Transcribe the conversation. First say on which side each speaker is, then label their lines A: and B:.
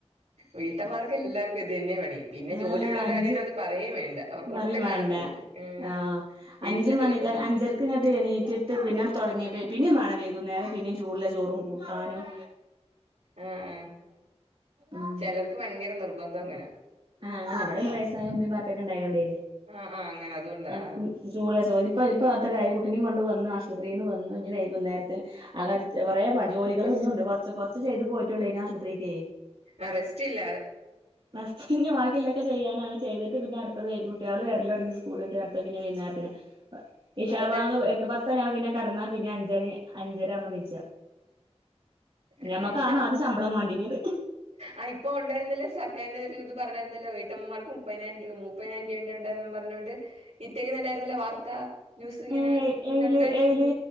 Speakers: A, on the right; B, on the right.
A: വീട്ടാമാർക്ക് എല്ലാർക്കും ഇത് തന്നെ പണി പിന്നെ
B: ആഹ്
A: ജോലിയെള്ള
B: അഞ്ച്
A: കാര്യാണ് അത് പറയെ വേണ്ട അവർക്ക്
B: പറയും
A: ഒട്ടും കാണത്തില്ല
B: വേണ്ട
A: ഉം
B: ആഹ്
A: വീട്ടിലെ
B: അഞ്ച് മണി
A: ജോലി ചെയ്യ
B: അഞ്ചരക്ക് ഇങ്ങിട്ട് എണീറ്റിട്ട് പിന്നെ തെടങ്ങിയിട്ട് പിന്നെ വേണം വൈകുന്നേരം പിന്നെ ചൂടുളളചോറും കൂ താനും
A: ആ ആ
B: ഉം
A: ചെലോർക്ക് ഭയങ്കര നിർബന്ധങ്ങനെ
B: അങ്ങനെ ഇവടെ ഒരു വയസ്സായോണ്ട് ഉമ്മയും, ബാപ്പയൊക്കെ ഉണ്ടായോണ്ടേ
A: ആഹ് ആഹ് അങ്ങനെ അതുകൊണ്ട്
B: <unintelligible>
A: ആഹ്
B: ജ്യോതി പ്പ ഇപ്പത്രായ് കുട്ടിനിം കൊണ്ട് വെന്ന് ആശുപത്രിന്ന് വെന്നു ഞ്ഞി വൈകുന്നേരത്തിന് അകടിച്ച് കൊറെ പണി ജോലികള്
A: റെസ്
B: കുഞ്ഞുമുണ്ട് കെറച്ച്, കെറച്ച് ചെയ്തു പോയിട്ടൊള്ളെ ആശു ത്രിക്ക്
A: അ റെസ്റ്റ് ഇല്ലാതെ
B: <unintelligible> ബാക്കില്ലൊക്കെ ചെയ്യാനാണ് ചെയ്ത്ട്ട് പിന്നെ അട്ത്തതെ കുട്ട്യാള് വെര്ലൊടങ്ങി സ്കൂള് ട്ട് പിന്നെ ഈ നേരത്തിന് ഈ ശാപം
A: അവരുടെ
B: എട്ട് പത്ത് അ പിന്നെ കെടന്നാ പിന്നെ അഞ്ചര അഞ്ചര ആകുമ്പോ എനീച്ച
A: ഏഹ്
B: ഞമ്മക്കാണ്
A: ഇഷ
B: ആദ്യം ശമ്പളം വാണ്ടിങ്ങിയത്
A: ആഹ് ഇപ്പം ഒണ്ടായിരുന്നല്ലോ സർക്കാരിന്റെ ഒരു ഇത് പറഞ്ഞായിരുന്നല്ലോ വീട്ടമ്മാർക്ക് മുപ്പതിനായിരം രൂപ മുപ്പതിനായിരം രൂപ ന്ന് ണ്ടായ്ര്ന്നും പർഞ്ഞോണ്ട് ഇട്ടിണ്ടായിരുന്നല്ലോ വാർത്ത ന്യൂസ് ഇങ്ങനെ
B: ഏ ഏയില്
A: കണ്ട
B: ഏയില്